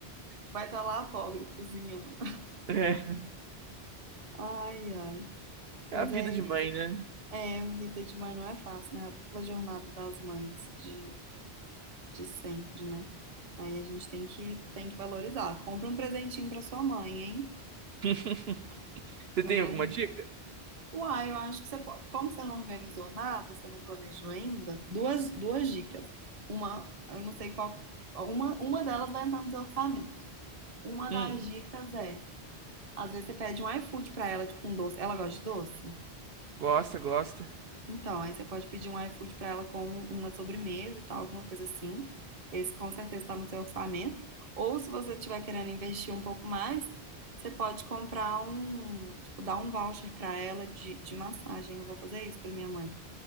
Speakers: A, on the right; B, on the right.
A: Vai estar lá a pobre cozinhando.
B: É.
A: Ai, ai.
B: É
A: Mas
B: a vida
A: é,
B: de mãe, né?
A: é, vida de mãe não é fácil, né? A dupla jornada das mães de, de sempre, né? Aí a gente tem que, tem que valorizar. Compra um presentinho pra sua mãe, hein?
B: <laughs> Você
A: Pelo
B: tem
A: menos.
B: alguma dica?
A: Uai, eu acho que você pode. Como você não organizou nada, você não planejou ainda, duas, duas dicas. Uma, eu não sei qual. Uma, uma delas vai entrar no seu orçamento. Uma
B: Hum,
A: das dicas é, às vezes você pede um iFood pra ela, tipo um doce. Ela gosta de doce?
B: gosta, gosta.
A: Então, aí você pode pedir um iFood para ela com uma sobremesa e tal, alguma coisa assim. Esse com certeza está no seu orçamento. Ou se você estiver querendo investir um pouco mais, você pode comprar um, tipo, dar um voucher para ela de, de massagem. Eu vou fazer isso para minha mãe.